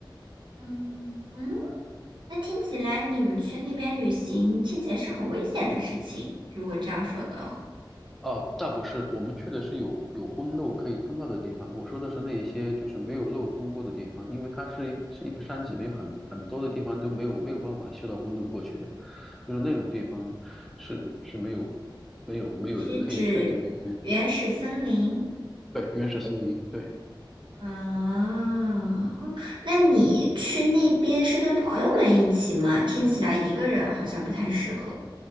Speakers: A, on the right (about 70°); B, in the centre.
A: 嗯嗯，那听起来你们去那边旅行，听起来是很危险的事情。如果这样说的话。
B: 哦，倒不是，我们去的是有有公路可以通到的地方。我说的是那一些就是没有路通过的地方，因为它是一个是一个山脊，没有很很多的地方都没有没有办法修到公路过去的，就是那种地方是是没有没有没有人可以去的地方。
A: 你是指
B: 对
A: 原始森林
B: 对，原始森林，对
A: 啊？那你去那边是跟朋友们一起吗？听起来一个人好像不太适合。